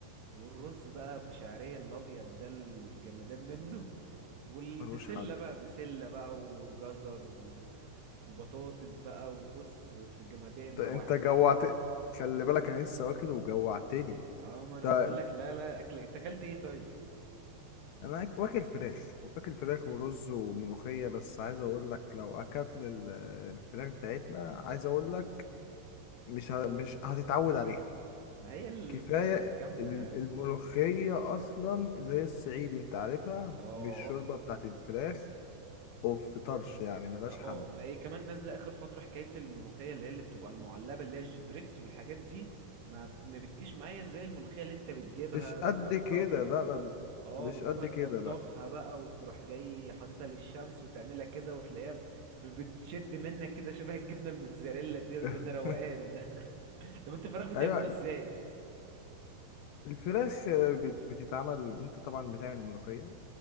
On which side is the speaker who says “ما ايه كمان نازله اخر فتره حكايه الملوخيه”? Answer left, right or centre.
Right